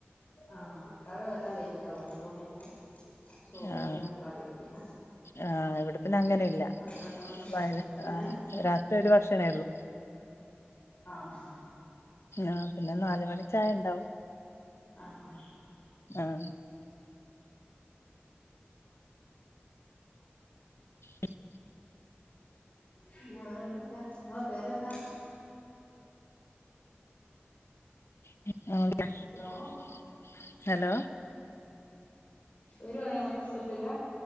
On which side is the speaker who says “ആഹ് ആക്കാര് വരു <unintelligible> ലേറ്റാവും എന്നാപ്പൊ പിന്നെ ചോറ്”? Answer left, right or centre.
Left